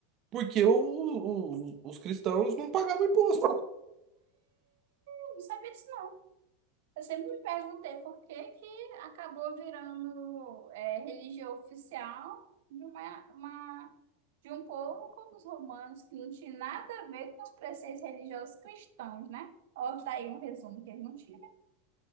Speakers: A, on the right; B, on the right.
A: porque o- o- os cristãos não pagavam imposto.
B: Eu Não sabia disso, não. Eu sempre me perguntei por que que acabou virando é, religião oficial de, uma, uma- de um povo como os romanos, que não tinha nada a ver com os preceitos religiosos cristãos, né? Ó, tá aí um resumo que eles não tinham.